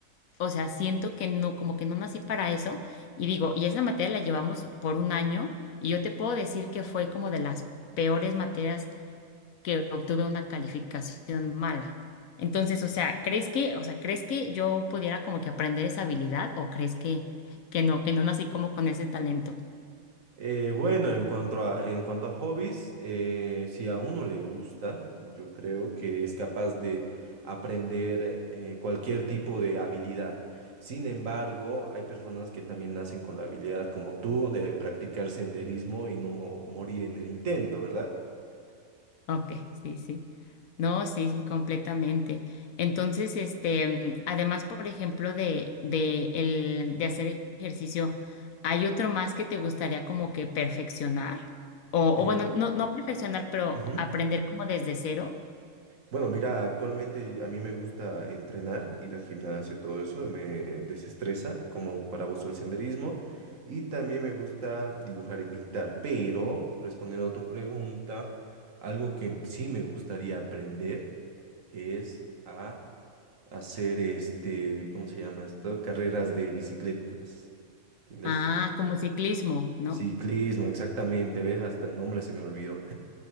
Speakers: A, on the left; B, on the right.
A: o sea, siento que no, como que no nací para eso y digo, y esa materia la llevamos por un año y yo te puedo decir que fue como de las peores materias que obtuve una calificación mala. Entonces, o sea, ¿crees que, o sea, ¿crees que yo pudiera como que aprender esa habilidad o crees que, que no, que no nací como con ese talento?
B: Eh, bueno, en cuanto a, en cuanto a hobbies, eh, si a uno le gusta, yo creo que es capaz de aprender eh, cualquier tipo de habilidad. Sin embargo, hay personas que también nacen con la habilidad, como tú, de practicar senderismo y no morir en el intento, ¿verdad?
A: Ok, sí, sí. No, sí, sí, completamente. Entonces, este, mm, además, por ejemplo, de, de, el, de hacer ejercicio, ¿hay otro más que te gustaría como que perfeccionar? O,
B: Eh,
A: o bueno, no, no perfeccionar, pero
B: ujú.
A: aprender como desde cero.
B: Bueno, mira, actualmente a mí me gusta entrenar, ir al gimnasio, todo eso, me desestresa, como para vos el senderismo, y también me gusta dibujar y pintar, pero respondiendo a tu pregunta, algo que sí me gustaría aprender es a hacer este, ¿cómo se llama esto? Carreras de bicicletas, ¿entiendes?
A: Ah, como ciclismo, ¿no?
B: Ciclismo, exactamente, ¿ves? Hasta el nombre se me olvidó.